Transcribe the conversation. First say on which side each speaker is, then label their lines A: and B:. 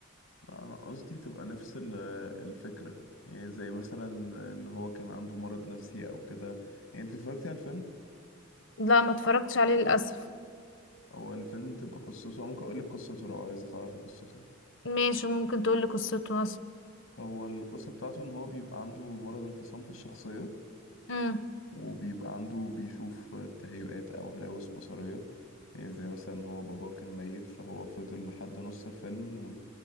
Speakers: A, on the left; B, on the left.
A: لا انا قصدي تبقى نفس ال- الفكرة يعني زي مثلا ان هو كان عنده مرض نفسي او كده يعني انت اتفرجتي على الفيلم
B: لا ما اتفرجتش عليه للأسف
A: هو الفيلم بتبقى قصته ممكن اقول لك قصته لو عايزه تعرفي قصته
B: ماشي ممكن تقولي قصته أصلا
A: هو القصه بتاعته ان هو بيبقى عنده مرض انفصام في الشخصيه
B: امم
A: وبيبقى عنده بيشوف تهيؤات او هلاوس بصريه يعني زي مثلا هو باباه كان ميت فهو فضل لحد نص الفيلم